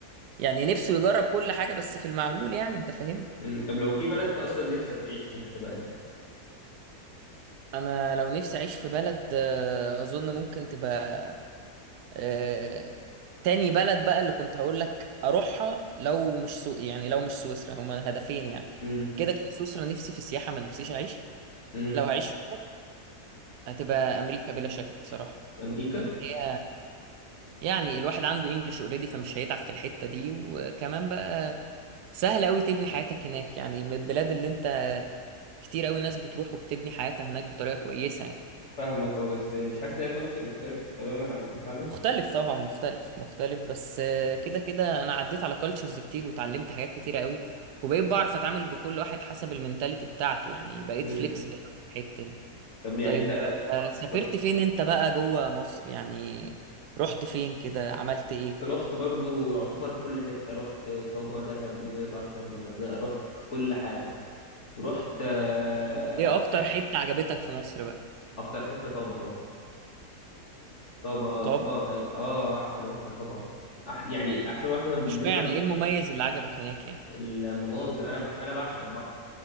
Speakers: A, on the right (about 80°); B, on the left (about 45°).
A: يعني نفسه يجرب كل حاجه بس في المعقول يعني انت فاهم
B: امم. طب لو في بلد انت اصلا نفسك تعيش فيها هتبقى ايه؟
A: انا لو نفسي اعيش في بلد آه، اظن ممكن تبقى آه، تاني بلد بقى اللي كنت هقول لك اروحها لو مش سو يعني لو مش سويسرا هما هدفين يعني
B: امم
A: كده كده سويسرا نفسي في السياحه ما نفسيش اعيش
B: امم
A: لو هعيش في بلد هتبقى امريكا بلا شك بصراحه
B: امريكا
A: ان هي يعني الواحد عنده انجلش اوريدي فمش هيتعب في الحته دي وكمان بقى سهل قوي تبني حياتك هناك يعني من البلاد اللي انت كتير قوي ناس بتروح وبتبني حياتها هناك بطريقه كويسه يعني
B: فاهمك اه بس مش حاسس ان هي كالتشر مختلف تماما عن بتاعنا
A: مختلف طبعا مختلف مختلف بس آه، كده كده انا عديت على كالتشرز كتير وتعلمت حاجات كتير قوي وبقيت بعرف اتعامل بكل واحد حسب المينتاليتي بتاعته يعني بقيت
B: امم
A: فليكسبل في الحته دي
B: طب يعني
A: طيب
B: انت
A: آه، سافرت
B: اتفضل.
A: فين انت بقى جوه مصر يعني رحت فين كده عملت ايه
B: رحت برضو يعتبر كل حته رحت طابا دهب نويبع شرم الغردقه رحت كل حاجه رحت آه،
A: ايه اكتر حتة عجبتك في مصر بقى
B: اكتر حته طابا طبعا طابا
A: طب
B: طابا كانت اه احسن واحده طبعا أح يعني احسن واحده بالنسبه
A: مش معنى ايه المميز اللي عجبك هناك يعني
B: المناظر انا بحب انا بعشق البحر